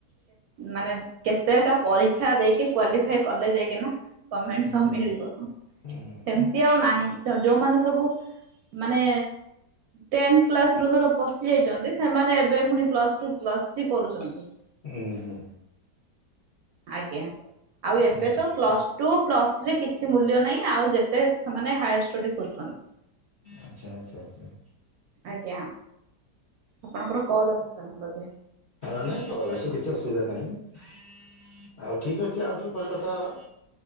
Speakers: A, on the right; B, on the left.
A: ମାନେ କେତେଟା ପରୀକ୍ଷା ଦେଇକି କ୍ଵାଲିଫାଇ କଲେ ଯାଇକିନା ଗମେଣ୍ଟ
B: ହୁଁ
A: ଛ ମିଳିବ
B: ହୁଁ ହୁଁ
A: ସେମିତି ଆଉ ନାହିଁ ଯୋଉମାନେ ସବୁ ମାନେ ଟେନ କ୍ଲାସ ରୁ ଧର ପଶିଯାଇଛନ୍ତି ସେମାନେ ଏବେ ପୁଣି ପ୍ଲସ୍ ଟୁ ପ୍ଲସ୍ ଥ୍ରୀ କରୁଛନ୍ତି।
B: ହୁଁଁ ହୁଁ।
A: ଆଜ୍ଞା ଆଉ ଏବେ
B: ହଁ
A: ତ ପ୍ଲସ ଟୁ ପ୍ଲସ ଥ୍ରୀ କିଛି ମୂଲ୍ୟ ନାହିଁ ଆଉ ଯେତେ ମାନେ ହାୟାର ଷ୍ଟଡି ଖୋଜଛନ୍ତି।
B: ଆଚ୍ଛା ଆଚ୍ଛା ଆଚ୍ଛା।
A: ଆଜ୍ଞା ଆପଣଙ୍କର କଲ୍ ଆସିଲା ବୋଧେ?
B: ହଁ ନାଇଁତ କିଛି ଅସୁବିଧା ନାହିଁ। ଆଉ ଠିକ ଅଛି ଆଉ ଟିକେ ପରେ କଥା ହବା।